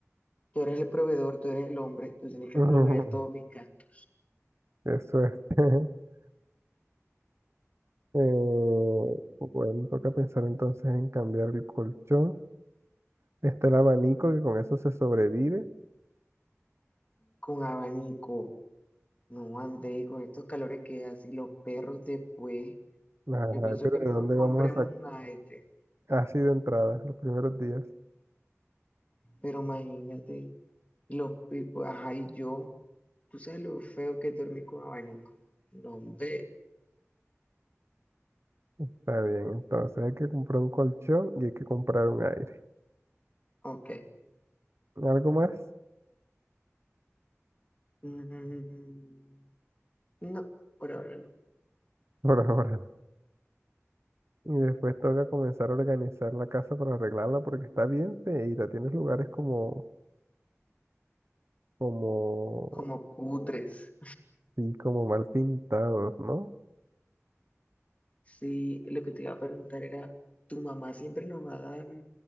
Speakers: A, on the left; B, on the right.
A: tú eres el proveedor, tú eres el hombre, tú tienes que
B: <laughs>
A: proveer todo mi gato
B: Qué suerte. <laughs> Eh, bueno, toca pensar entonces en cambiar el colchón. Está el abanico que con eso se sobrevive.
A: con abanico. No andé con estos calores que hace los perros después.
B: Ajá,
A: Yo pienso
B: pero
A: que mejor
B: ¿de dónde
A: compremos
B: vamos a sacar?
A: un aire,
B: Así de entrada, los primeros días.
A: pero imagínate, los pipos, ajá, y yo, tú sabes lo feo que es dormir con abanico. No, hombre,
B: Está bien, entonces hay que comprar un colchón y hay que comprar un aire.
A: ok.
B: ¿Algo más?
A: Mm, no, por ahora no.
B: Por ahora. Y después toca comenzar a organizar la casa para arreglarla porque está bien feita, tienes lugares como, como,
A: Como Oh, cutres.
B: sí, como mal pintados, ¿no?
A: Sí, lo que te iba a preguntar era, ¿tu mamá siempre nos va a dar